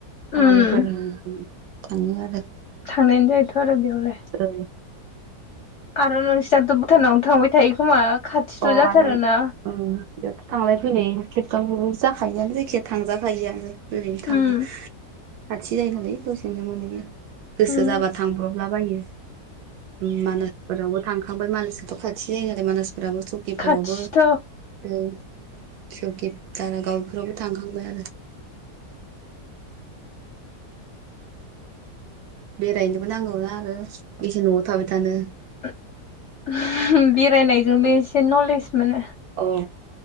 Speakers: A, on the right (about 70°); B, on the left (about 60°).
A: खामानिफोरनि
B: उम
A: उम थाङो आरो
B: थांनायानो जायैथ' आरो बेयावलाय
A: ओ
B: आरो नोंसिनाथ' भुटानावनो थांबाय थायो खोमा खाथिथ'
A: अ
B: जाथारोना
A: आरो उम बेयावथ' थांलाय फैलाय खेबथाम जाखायोआनो जायखियाया थांजाखायोआनो ओरैनो थां
B: उम
A: खाथि जायो नालाय दसेजों मोनैयो गोसो
B: उम
A: जाबा थां ब्रबलाबायो उम मानासफोरावबो थांखांबाय मानसखोथ' खाथि जायो नालाय मानास फोराबो सकिफोरावबो
B: खाथिथ'
A: औ सौकि दारागाव फ्रावबो थांखांबाय आरो बेरायनोबो नांगौ ना आरो बेसे न'आव थाबाय थानो
B: ओ बेरायनायजोंबो एसे नलेज मोनो।
A: अ